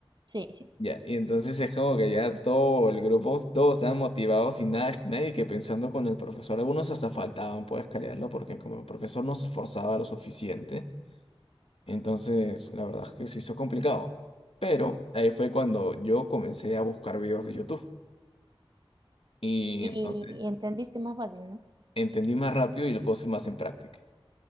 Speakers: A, on the right; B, on the left.
A: sí, sí,
B: Ya, y entonces es como que ya todo el grupo, todos estaban motivados y nada, nadie que pensando con el profesor. Algunos hasta faltaban, puedes creerlo, porque como el profesor no se esforzaba lo suficiente, entonces la verdad es que se hizo complicado. Pero ahí fue cuando yo comencé a buscar videos de YouTube y
A: y
B: entonces
A: entendiste más fácil, ¿no?
B: entendí más rápido y lo puse más en práctica.